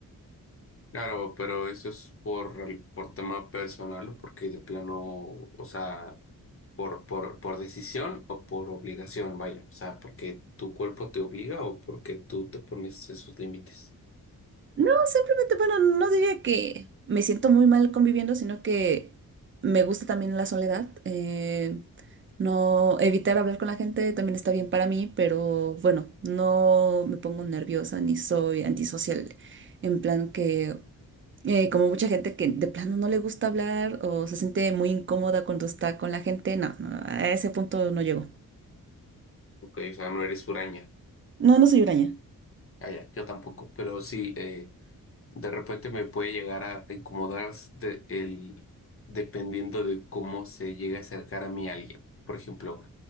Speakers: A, on the left; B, on the right.
A: Claro, pero eso es por, el- por tema personal, o porque de plano, o sea, por, por, por decisión o por obligación, vaya, o sea, porque tu cuerpo te obliga o porque tú te pones esos límites.
B: No, simplemente, bueno, no diría que me siento muy mal conviviendo, sino que me gusta también la soledad. eh, no evitar hablar con la gente también está bien para mí, pero bueno, no me pongo nerviosa ni soy antisocial. En plan que, eh, como mucha gente que de plano no le gusta hablar o se siente muy incómoda cuando está con la gente, no, no, a ese punto no llego.
A: Ok, o sea, no eres huraña.
B: No, no soy huraña.
A: Ah, ya, yo tampoco, pero sí, eh, de repente me puede llegar a incomodar de, el, dependiendo de cómo se llega a acercar a mí alguien. Por ejemplo,